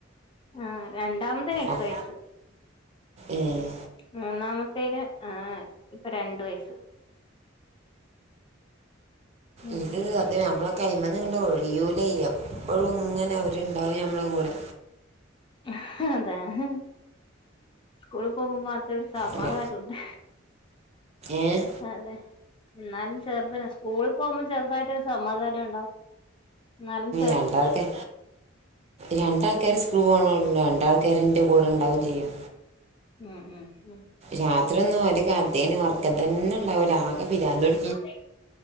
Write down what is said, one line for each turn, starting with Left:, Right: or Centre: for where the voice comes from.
Left: ആഹ് രണ്ടാമതൈന് എട്ട്
Right: ഒ-
Left: വയസ്സ്
Right: ഏഹ്
Left: മൂന്നാമത്തൈന് ആഹ് ഇപ്പൊ രണ്ട് വയസ്സ് ഉം
Right: ഇത് <unintelligible> ഇത് നമ്മളെ കൈമന്ന് ഇങ്ങണ്ട് ഒഴിയൂലൈ എപ്പഴും ഇങ്ങനെ അവര്ണ്ടാവും നഞമ്മളെ കൂടെ
Left: ഇഹ് അതെ ഹ് ഹ് സ്കൂള് പോവുമ്പാെ മാത്രാര് സമാധാനം
Right: അപ്പൊ
Left: ഉണ്ട്
Right: ഏഹ്
Left: അതെ ഇന്നാലും ചെറ്തനെ സ്കൂള് പോവുമ്പം ചെറ്തായിട്ടാെരു സമാധാനം ഉണ്ടാവും ഇന്നാലും
Right: രണ്ടാൾക്കെ രണ്ടാൾക്കാര് സം സ്കൂള്പോണെള്ളു രണ്ട് ആൾക്കാര് ഇൻ്റെ കൂടെ ഇണ്ടാവും ചെയ്യും
Left: ഉം ഉം ഉം
Right: രാത്രി ഒന്നും ഒര്കഥേണ് ഒറക്കം തന്നെ ഇണ്ടാവൂല ആകെ പിരാന്ത് പി
Left: അതെ